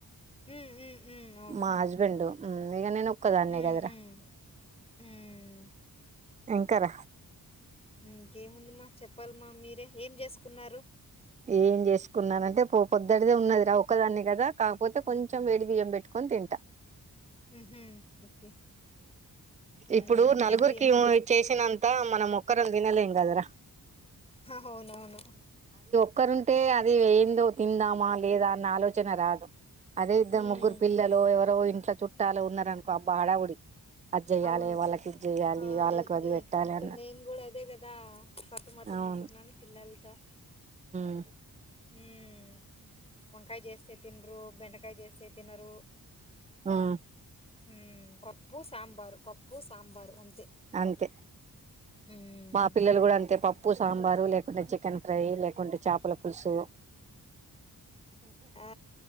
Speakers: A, on the left; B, on the right.
A: హ్మ్. హ్మ్. హ్మ్. అవునవును.
B: మా హస్బెండ్ ఉన్నేగా నేను ముక్కదాన్నే
A: హ్మ్.
B: గదరా
A: హ్మ్. హ్మ్.
B: ఎంకార
A: ఇంకేముందిమ్మా చెప్పాలమ్మా మీరే ఏంజెసుకున్నారు
B: ఏం చేసుకున్నానంటే పో పొద్దుటిదే ఉన్నది రా, ఒకదాన్ని కదా కాకపోతే కొంచెం వేడి బియ్యం పెట్టుకొని తింటా.
A: హుహు. ఓకే. హ్మ్.
B: ఇప్పుడు నలుగురికి
A: కర్రీ
B: చేసినంత మనం ఒక్కరం వినలేం గదర
A: అవునవును
B: కుక్కర్ ఉంటే అది వెయిన్ ఏదో తిందామా లేదా అన్న ఆలోచన రాదు అదే ఇద్దరు
A: హ్మ్.
B: ముగ్గురు పిల్లలు ఎవరో ఇంట్లో చుట్టాలు ఉన్నారనుకో అబ్బా హడావుడి అది చెయ్యాలి
A: అవును,
B: వాళ్ళకి ఇది చెయ్యాలి
A: ఆ
B: వాళ్ళకి అది పెట్టాలి
A: ఇక్కడ
B: అన్న
A: నేను కూడా అదే కదా సతమతం
B: అవును
A: అవుతున్నాను పిల్లలతో
B: మ్
A: మ్మ్ వంకాయ చేస్తే తినరు బెంటకా వంకాయ చేస్తే తినరు
B: ఉమ్
A: మ్మ్ పప్పు సాంబారు పప్పు సాంబారు అం
B: అంతే
A: హ్మ్.
B: మా పిల్లలు కూడా అంతే పప్పు సాంబారు లేకుండా చికెన్ ఫ్రై లేకుంటే చేపల పులుసు
A: ఆ